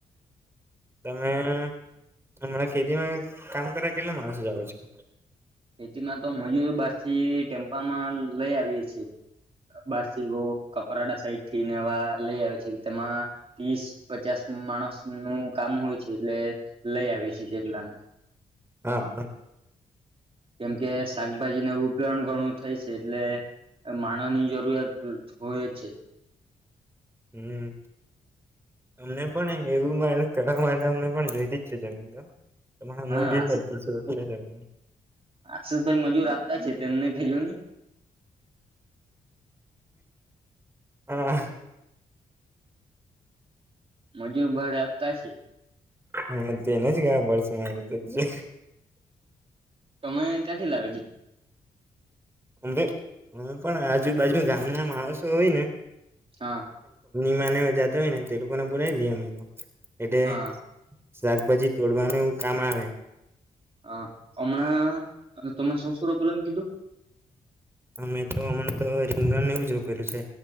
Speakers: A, on the right; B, on the right.
A: <inaudible> તમે હમણાં ખેતીમાં કામ કરવા કેટલા માણસો જાઓ છો?
B: ખેતીમાં તો મજુર બારથી થી ટેમ્પા માં લઈ આવીએે છે. બારસી વો કપરાડા સાઈડ થી નઆવા લઈ આવે છે તેમાં તીસ પચાસ માણસ નું કામ હોય છે એટલે લઈ આવી છી <unintelligible>
A: હા હ
B: કેમ કે શાકભાજીને ઉ <unintelligible> ઘણું થઈ છે એટલે માણહ ની જરૂરિયાત હોય છે.
A: હમ્મ <inaudible> અમને પણ એવું મારે કરવા માટે અમને પણ જોઈતી જ છે જમીન તો મને
B: હા
A: મોંઘી
B: આશિષ
A: પડતી છે એટલે હમ્મ
B: આશિષભાઈ મજૂર આપતા છે તેમને ખેજોની
A: હા
B: મજૂર ભાડ આપતા છે.
A: હા તેને જ <unintelligible>
B: તમે ક્યાંથી લાવીજ?
A: અમે અમે પણ આજુબાજુ ગામના માણસો હોય ને
B: હા.
A: માને મજાતો હોય ને તે લોકોને પુરાઈ લઈએ. અમે તો <unintelligible>
B: હા
A: શાકભાજી તોડવાનું એું કામ આવે.
B: હ હમણાં તમે શું સ્વરૂપલ એમ કીધું?
A: અમે તો હમણાં તો રીમણ એવું જ રોપેલું છે.